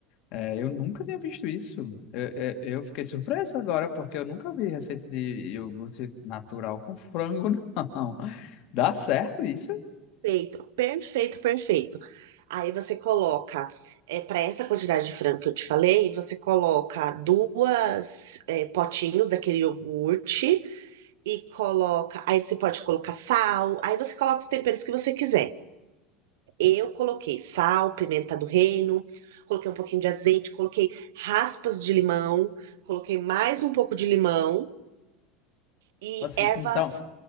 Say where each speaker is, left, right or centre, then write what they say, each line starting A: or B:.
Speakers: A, on the left (about 45°); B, on the right (about 85°).
A: é, eu nunca tinha visto isso. Eu, eu, eu fiquei surpreso agora, porque eu nunca vi receita de iogurte natural com frango, não. <laughs> Dá certo isso?
B: Perfeito, perfeito, perfeito. Aí você coloca, para essa quantidade de frango que eu te falei, você coloca duas é, potinhos daquele iogurte e coloca. Aí você pode colocar sal, aí você coloca os temperos que você quiser. Eu coloquei sal, pimenta do reino, coloquei um pouquinho de azeite, coloquei raspas de limão, coloquei mais um pouco de limão e
A: Assim,
B: ervas
A: então,